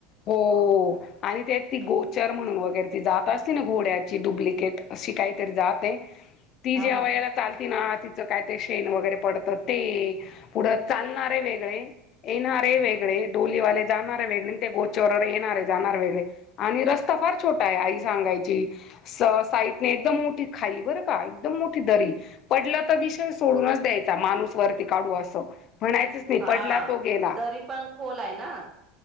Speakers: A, on the left; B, on the right.
A: हो आणि त्यात ती गोचर म्हणून वगैरे ती जातं असते ना घोड्याची डुब्लीकेट अशी काई तरी जातं ए ती
B: हा
A: जेवायला
B: हा
A: चालतीना? तिचं ते काय ते शेण वगैरे पडतं ते पुढं चालणारे वेगळे येणारे वेगळे डोलीवाले जाणारे वेगळे ते गोचर आणि येणारे जाणारे वेगळे आणि रस्ता फार छोटा आहे आई सांगायची स साईडने एकदम मोठी खाई बरका एकदम मोठी दरी पडलं तर विषय सोडूनचं द्यायचा माणूस वरती काढू असं.... म्हणायचंच नाही
B: हां
A: पडला तो गेला
B: दरी पण खोल आहे ना.